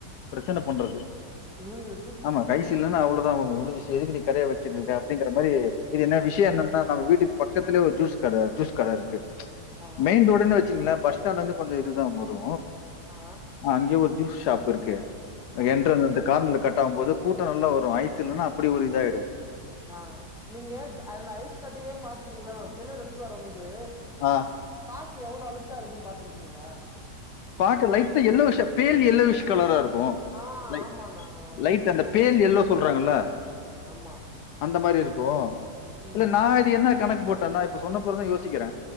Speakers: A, on the left; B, in the centre.
A: ப்ரெச்சன பண்றது
B: உம்
A: ஆமா ஐஸ் ஸு இல்லனா அவ்ளோதா முடிஞ்சிச்சு எதுக்கு நீ கடைய வெச்சிட்ருக்க அப்டிங்கிறமாரி இது என்ன
B: ஆமா
A: விஷயோ என்னனா நம் வீட்டுக்கு பக்கத்திலே ஒரு ஜூஸ் கட ஜூஸ் கட இருக்கு
B: ஆ
A: மெயின் ரோடுன் வெச்சீங்ளே ஃபஸ் ஸ்டாண்லந்து கொஞ்சோ இதுதா வரு
B: ஆ
A: அங்யே ஒரு ஜூஸ் ஷாப் இருக்கு அ
B: ஆ
A: என்ட்ரென் ரெண்டு கார்னர்ல கட்டாகும் போது கூட்டோ நல்லா வரு ஐஸ் இல்லன்னா அப்படி ஒரு இதாயிடு
B: ஆ நீங்க அந்த ஐஸ் கடையே பாத்துருக்கீங்களா செலர் எடுத்துட் வரம்போது
A: ஆ
B: பாக்க எவ்வளோ அழுக்கா இருக்குன் பாத்துருக்கீங்களா
A: பாக்க லைட்டா எல்லோயிஷ் பேல் எல்லோவிஷ் கலராருக்கு
B: ஆ
A: லை
B: ஆமாண்ணா
A: லைட் அந்த
B: ரொம்ப
A: பேர் எல்லோ சொல்றாங்கல
B: ஆமா
A: அந்த மாரி இருக்கோ
B: ம்
A: இல்ல நா இது என்ன கணக்கு போட்டனா இப்ப சொன்னப்பறந்தா யோசிக்கிற